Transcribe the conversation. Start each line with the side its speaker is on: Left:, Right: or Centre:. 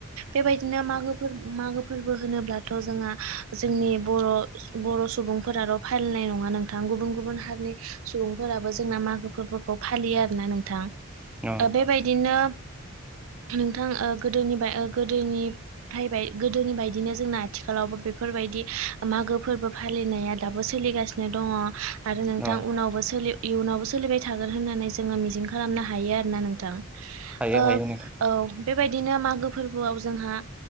Right: बेबायदिनो मागो फोरबो मागो फोरबो होनोब्लाथ' जोङा जोंनि बर' बर' सुबुंफोराल' फालिनाय नङा नोंथां गुबुन गुबुन नि सुबुंफोराबो जोंना मागो फोरबोखौ फालियो आरोना नोंथां
Centre: औ
Right: बेबायदिनो नोंथां गोदोनि गोदोनिबाय गोदोनि बायदिनो जोंना आथिखालावबो बेफोरबायदि दि मागो फोरबो फालिनाया दाबो सोलिगासिनो दङ आरो नोंथां
Centre: औ
Right: उनावबो सोलि इयुनावबो सोलिबाय थागोन होननानै जो मिजिं खालामनो हायो आरोना नोंथां
Centre: हायो
Right: ओ
Centre: हायो नोंथां
Right: औ बेबायदिनो मागो फोरबोआव जोंहा